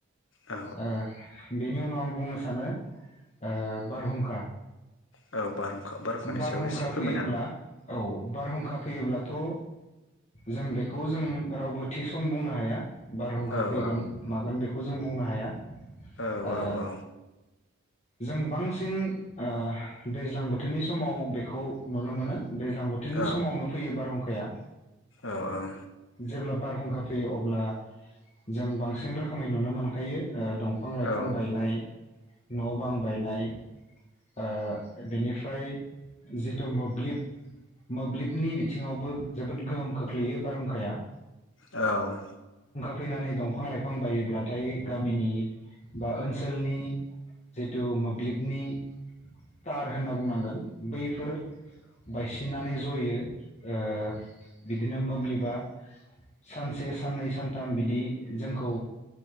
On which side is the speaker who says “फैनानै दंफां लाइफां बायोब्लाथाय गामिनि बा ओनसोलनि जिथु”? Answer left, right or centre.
Left